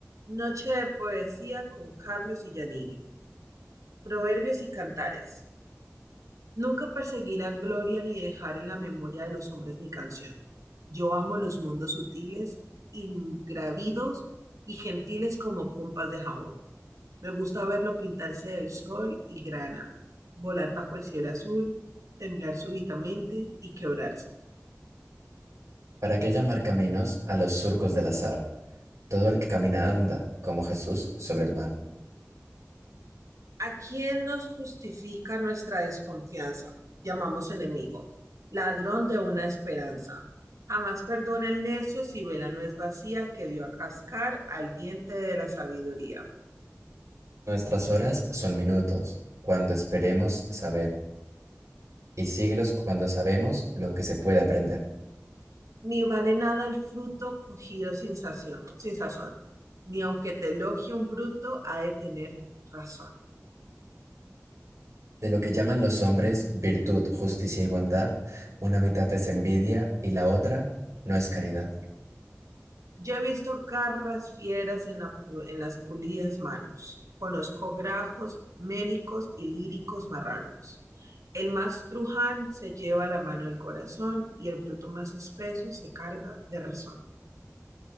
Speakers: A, on the right (about 85°); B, on the right (about 65°).
A: Noche de poesía con Carlos y Giannini. Proverbios y cantares. Nunca perseguí la gloria ni dejar en la memoria de los hombres mi canción. Yo amo los mundos sutiles, ingravidos y gentiles como pompas de jabón. Me gusta verlo pintarse del sol y grana, volar bajo el cielo azul, temblar súbitamente y quebrarse.
B: ¿Para qué llamar caminos a los surcos del azar? Todo el que camina anda, como Jesús sobre el mar.
A: ¿A quién nos justifica nuestra desconfianza? Llamamos enemigo, ladrón de una esperanza. Jamás perdona el necio si vela no es vacía que dio a cascar al diente de la sabiduría.
B: Nuestras horas son minutos, cuando esperemos saber, y siglos cuando sabemos lo que se puede aprender.
A: Ni vale nada el fruto cogido sin sación- sin sazón, ni aunque te elogie un bruto ha de tener razón.
B: De lo que llaman los hombres virtud, justicia y bondad, una mitad es envidia y la otra no es caridad.
A: Yo he visto garras fieras en la pu- en las pulidas manos. Conozco grajos, mélicos y líricos marranos. El más truján se lleva la mano del corazón y el bruto más espeso se carga de razón.